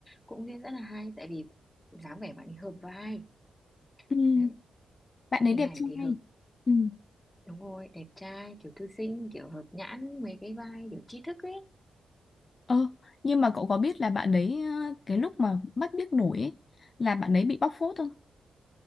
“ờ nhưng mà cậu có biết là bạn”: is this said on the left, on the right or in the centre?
Left